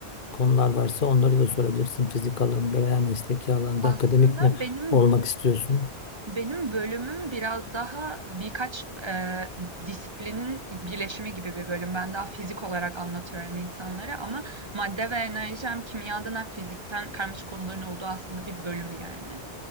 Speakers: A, on the left; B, on the right.
A: konular varsa onları da sorabilirsin. Fizik alanında veya mesleki alanda
B: Aslında
A: akademik mi
B: benim
A: olmak istiyorsun?
B: Benim bölümüm biraz daha birkaç, eee, disiplinin birleşimi gibi bir bölüm. Ben daha fizik olarak anlatıyorum insanlara ama madde ve enerji hem kimyadan hem fizikten karmaşık konuların olduğu aslında bir bölüm yani.